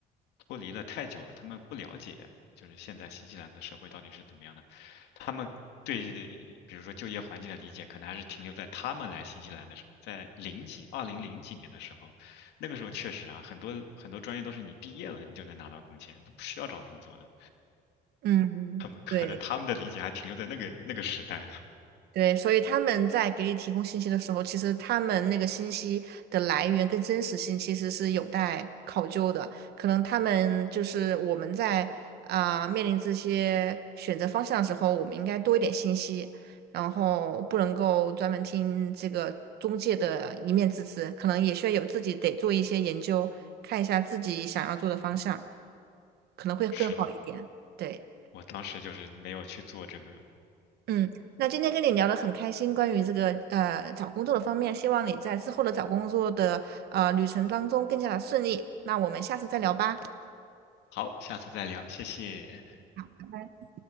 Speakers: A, on the left; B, on the right.
A: 脱离了太久了，他们不了解就是现在新西兰的社会到底是怎么样的，他们。对，比如说就业环境的理解，可能还是停留在他们来新西兰的时候，在零几、二零零几年的时候，那个时候确实啊，很多很多专业都是你毕业了你就能拿到工签，都不需要找工作的。
B: 嗯嗯，
A: 可可能他们的理解还停留在那个那个时代的。
B: 对。对，所以他们在给你提供信息的时候，其实他们那个信息的来源跟真实性其实是有待考究的。可能他们就是我们在啊、面临这些选择方向的时候，我们应该多一点信息，然后不能够专门听这个中介的一面之词，可能也需要有自己得做一些研究，看一下自己想要做的方向，可能会更好一点。
A: 是的，
B: 对。
A: 我当时就是没有去做这个。
B: 嗯，那今天跟你聊得很开心，关于这个呃找工作的方面，希望你在之后的找工作的呃旅程当中更加的顺利。那我们下次再聊吧。
A: 好，下次再聊，谢谢。
B: 拜拜。